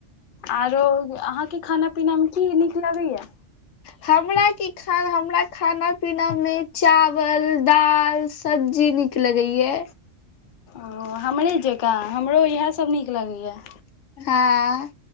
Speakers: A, on the left; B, on the left.
A: आरो अहाँके खाना पीना मे की नीक लगैया
B: हमर कि खाना हमरा खाना पीनामे चावल दालि सब्जी नीक लगैये
A: ओ हमरे जकाँ हमरो इएहसभ नीक लगैयै
B: हँ